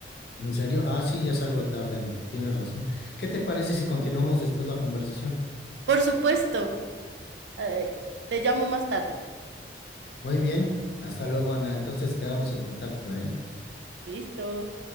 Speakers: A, on the left; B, on the right.
A: ¿En serio? Ah, sí, ya es algo tarde, Ana. Tienes razón. ¿Qué te parece si continuamos después la conversación?
B: por supuesto, eh, te llamo más tarde.
A: Muy bien, hasta luego Ana, entonces quedamos en contacto, ¿eh?
B: Listo.